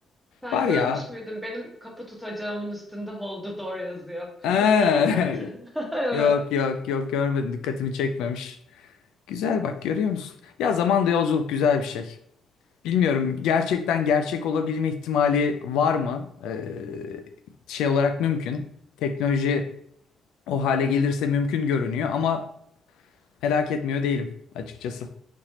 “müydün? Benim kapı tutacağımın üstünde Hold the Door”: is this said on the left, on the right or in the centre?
Centre